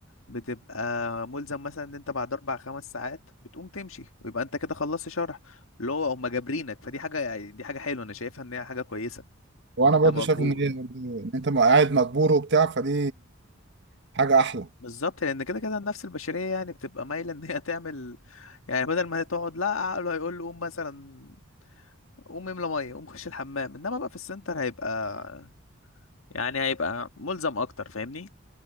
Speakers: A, on the left; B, on the right.
A: بتبقى ملزم مثلا ان انت بعد اربع خمس ساعات بتقوم تمشي ويبقى انت كده خلصت شرح اللي هو هم جابرينك فدي حاجه يعني دي حاجه حلوه انا شايفها ان هي حاجه كويسه
B: وانا
A: ان انت
B: برضه
A: مجبور
B: شايف ان هي ان انت قاعد مجبور وبتاع فدي حاجه احلى
A: بالظبط لان كده كده النفس البشريه يعني بتبقى مايله ان هي تعمل يعني بدل ما هي تقعد لا عقله هيقول له قوم مثلا قوم املى ميه قوم خش الحمام انما بقى في السنتر هيبقى يعني هيبقى ملزم اكتر فاهمني